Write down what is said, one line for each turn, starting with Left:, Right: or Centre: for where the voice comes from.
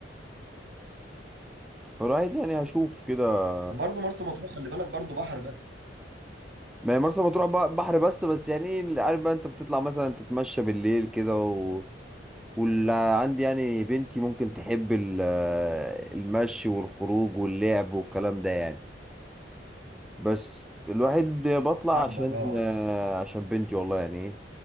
Centre: فالواحد يعني هشوف كده
Right: برضه مرسى مطروح خلي بالك برضه بحر بس
Centre: ما هي مرسى مطروح بقى بحر بس بس يعني إيه، عارف بقى انت بتطلع مثلا تتمشى بالليل كده و... واللي عندي يعني بنتي ممكن تحب ال- آه، المشي والخروج واللعب والكلام ده يعني بس الواحد بطلع
Right: فاهمك
Centre: عشان
Right: اه
Centre: آه، عشان بنتي والله يعني ايه